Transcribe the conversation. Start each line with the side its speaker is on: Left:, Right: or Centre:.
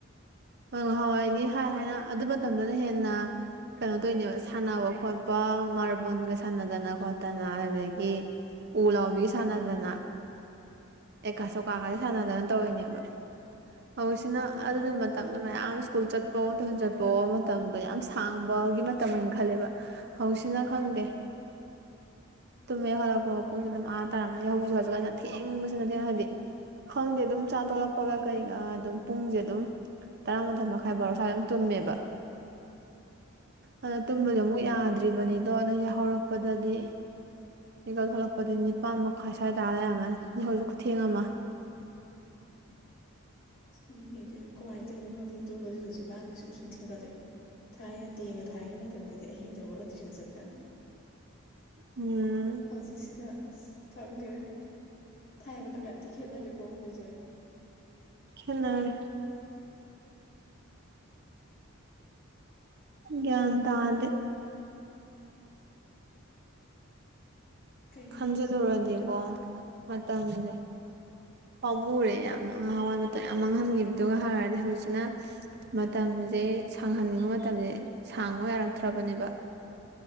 Right: ꯍꯣꯏ ꯅꯍꯥꯟꯋꯥꯏꯗꯤ ꯍꯥꯏ ꯍꯥꯏꯅ ꯑꯗꯨ ꯃꯇꯝꯗꯅ ꯍꯦꯟꯅ ꯀꯩꯅꯣ ꯇꯧꯅꯦꯕ ꯁꯥꯟꯅꯕ ꯈꯣꯠꯄ ꯃꯥꯔꯕꯜꯒ ꯁꯥꯟꯅꯗꯅ ꯈꯣꯠꯇꯅ ꯑꯗꯨꯗꯒꯤ ꯎꯂꯥꯎꯕꯤꯒ ꯁꯥꯟꯅꯗꯅꯥ ꯑꯦ ꯀꯥ ꯁꯣꯛꯀꯒꯁꯦ ꯁꯥꯟꯅꯗꯅ ꯇꯧꯔꯤꯅꯦꯕ ꯍꯧꯖꯤꯛꯁꯤꯅ
Left: ꯃꯥꯅꯦ
Right: ꯑꯗꯨꯗ ꯃꯇꯝꯗ ꯃꯌꯥꯝ ꯁ꯭ꯀꯨꯜ ꯆꯠꯄꯑꯣ ꯇꯨꯏꯁꯟ ꯆꯠꯄꯑꯣ ꯃꯇꯝꯗꯣ ꯌꯥꯝ ꯁꯥꯡꯕꯒꯤ ꯃꯇꯝ ꯈꯜꯂꯦꯕ ꯍꯧꯁꯤꯅꯥ ꯈꯪꯗꯦ ꯇꯨꯝ ꯍꯦꯛ ꯍꯧꯠꯂꯛꯄꯒ ꯄꯨꯡꯁꯦ ꯑꯗꯨꯝ ꯑꯥ ꯇꯥꯔꯝꯅꯤ ꯍꯧꯖꯤꯛꯁꯨ ꯍꯧꯖꯤꯛ ꯍꯥꯟꯅ ꯊꯦꯡꯕꯁꯤꯅ ꯊꯦꯡꯅ ꯍꯥꯏꯗꯤ ꯈꯪꯗꯦ ꯑꯗꯨꯝ ꯆꯥꯛ ꯇꯣꯛꯂꯛꯄꯒ ꯀꯩꯒ ꯑꯗꯨꯝ ꯄꯨꯡꯁꯦ ꯑꯗꯨꯝ ꯇꯔꯥꯃꯥꯊꯣꯏ ꯃꯈꯥꯏ ꯕꯥꯥꯔꯣ ꯁ꯭ꯋꯥꯏ ꯑꯗꯨꯝ ꯇꯨꯝꯃꯦꯕ ꯑꯗꯨ
Left: ꯎꯝ
Right: ꯇꯨꯝꯕꯁꯨ ꯌꯥꯗ꯭ꯔꯤꯕꯅꯤꯗꯣ ꯅꯪ ꯌꯥꯍꯧꯔꯛꯄꯗꯗꯤ ꯃꯤꯀꯄ ꯊꯣꯛꯂꯛꯄꯗꯤ ꯅꯤꯄꯥꯥꯟ ꯃꯈꯋꯥ ꯁꯋꯥꯏ ꯇꯔꯥ ꯂꯩꯔꯝꯃꯅꯤ ꯋꯥꯍꯧꯁꯤ ꯈꯨꯊꯦꯡ ꯑꯃ꯫
Left: ꯈꯪꯗꯦ ꯏꯕꯦꯝ ꯀꯃꯥꯏꯅ ꯇꯧꯔꯤꯅꯣ ꯈꯪꯗꯦ ꯇꯨꯝꯕꯁꯨ ꯍꯧꯖꯤꯛꯀꯥꯟꯁꯦ ꯁꯨꯝ ꯁꯨꯝ ꯊꯦꯡꯒꯠꯂꯛꯑꯦ꯫ ꯊꯥꯏꯅ ꯇꯦꯟ ꯒ ꯊꯥꯏꯔꯤꯉꯩ ꯃꯇꯝꯗꯗꯤ ꯑꯍꯤꯡꯗ ꯍꯧꯒꯠꯂꯒ ꯇꯨꯏꯁꯟ ꯆꯠꯄꯅꯤ꯫
Right: ꯎꯝ
Left: ꯍꯧꯖꯤꯛꯁꯤꯅ ꯑꯁ ꯈꯪꯗꯦꯗ ꯊꯥꯏꯅ ꯃꯇꯝꯒ ꯌꯥꯝꯊꯤ ꯈꯦꯠꯅꯔꯦꯀꯣ ꯑꯩꯈꯣꯏꯁꯦ
Right: ꯈꯦꯠꯅꯔꯦ ꯒꯌ꯭ꯥꯟ ꯇꯥꯗꯦ
Left: ꯀꯩ
Right: ꯈꯟꯖꯟꯂꯨꯔꯗꯤꯀꯣ
Left: ꯍꯥꯏꯅꯣ
Right: ꯃꯇꯝꯖꯦ ꯄꯥꯝꯃꯨꯔꯦ ꯌꯥꯝꯅ ꯉꯥꯍꯥꯟꯋꯥꯏ ꯃꯇ ꯌꯥꯝ ꯃꯥꯡꯍꯟꯈꯤꯕꯗꯨꯒ ꯍꯥꯏꯔꯨꯔꯗꯤ ꯍꯧꯖꯤꯛꯁꯤꯅ ꯃꯇꯝꯁꯦ ꯁꯥꯡꯍꯟꯅꯤꯡꯕ ꯃꯇꯝꯁꯦ ꯁꯥꯡꯕ ꯌꯥꯔꯛꯇ꯭ꯔꯕꯅꯦꯕ